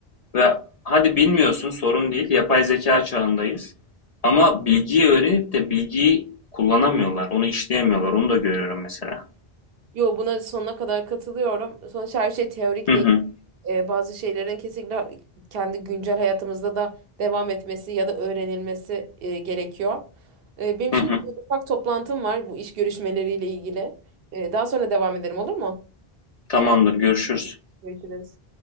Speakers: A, on the left (about 50°); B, on the right (about 70°).
A: Ve
B: Evet.
A: hadi bilmiyorsun sorun değil. Yapay zeka çağındayız. Ama bilgiyi öğrenip de bilgiyi kullanamıyorlar. Onu işleyemiyorlar. Onu da görüyorum mesela.
B: Yo buna sonuna kadar katılıyorum. Sonuçta her şey teorik
A: Hı
B: değil.
A: hı.
B: e, bazı şeylerin kesinlikle kendi güncel hayatımızda da devam etmesi ya da öğrenilmesi e, gerekiyor. E, benim
A: Hı
B: şimdi
A: hı.
B: bir ufak toplantım var bu iş görüşmeleriyle ilgili. E, daha sonra devam ederim olur mu?
A: Tamamdır, görüşürüz.
B: Görüşürüz.